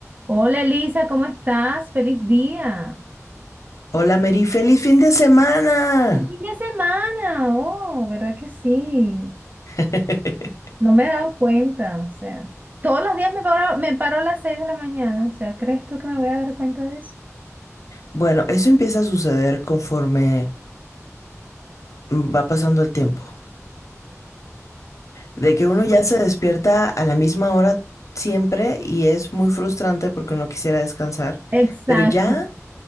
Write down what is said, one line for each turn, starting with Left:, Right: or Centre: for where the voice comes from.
Right: Hola Elisa, ¿cómo estás? ¡Feliz día!
Left: Hola Mary, feliz fin de semana.
Right: ¡Feliz fin de semana! Oh, ¿verdad que sí?
Left: <laughs>
Right: No me he dado cuenta, o sea, todos los días me paro, me paro a las 6 de la mañana, o sea, ¿crees tú que me voy a dar cuenta de eso?
Left: Bueno, eso empieza a suceder conforme va pasando el tiempo. De que uno ya se despierta a la misma hora siempre y es muy frustrante porque uno quisiera descansar,
Right: Exacto.
Left: pero ya